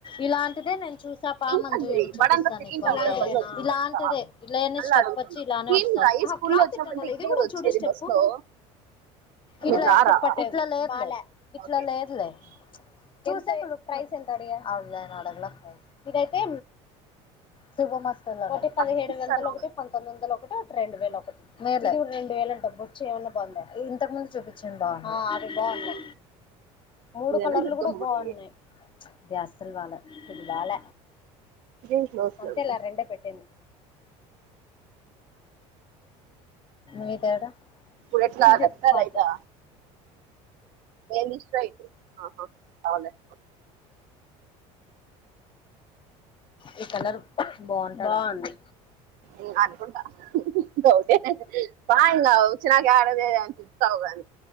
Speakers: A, on the left (about 35°); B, on the right (about 65°).
A: ఇలాంటిదే నేను చూసా పామంజుయుడు
B: సంది
A: చూపిస్తాను
B: బడంతా తిరిగింటావు
A: నీకు
B: కదా బళ్ళు వచ్చినంత
A: ఇలాంటిదే ఇలానే
B: మళ్ళ
A: స్టెప్
B: అడుగుతున్నా
A: వచ్చి ఇలానే
B: ఏం
A: వస్తది
B: గాయి స్కూల్లో
A: క్లాత్
B: వచ్చినప్పుడు
A: ఇట్టింటా
B: అంతా
A: లేదు
B: ఇట్లే
A: ఇది కూడా
B: కదా వచ్చేది
A: చూడు స్టెప్పు
B: బస్ లో
A: ఇది
B: మీరు
A: కూడా
B: రారా
A: స్టెప్పు ఇట్లా చెప్పలా ఇట్లా లేదు వా ఇట్ల
B: ఓకే
A: లేదులే చూసేయండి <unintelligible> ఆమెనేమి అడగలే ఇదైతే శుభమస్తులో ఒకటి పదిహేడు
B: అఫ్ఘనిస్తాన్
A: వందలు ఒకటి పంతొమ్మిది వందలు ఒకటి ఒకటి రెండు వేలు ఒకటి రెండు వేలు అంట బొచ్చు ఏమన్నా బాందా ఇంతకు ముందు చూపించింది బాంది మూడు
B: ఇదేనా
A: కలర్లు
B: దుర్గమ్మ
A: కూడా
B: గుడి
A: బాగున్నాయ్ బ్యా అసల్ బాల్య ఇది బ్యాల
B: ఇదేం క్లోజ్
A: అంతేలే
B: లో ఉంది
A: ఆ రెండే పెట్టింది మీ తేడా
B: ఇప్పుడు ఎట్లా
A: ఇదే
B: లెఫ్ట్ ఆ
A: హాట్
B: రైటా ఏంది స్ట్రైట్ ఆహా అవునులే
A: ఈ కలర్ బాగుంటది
B: ఉ అనుకుంట డౌటె పా ఇంగ ఇచ్చినకా యాడ లేదు అంటుంది వస్తావు గాని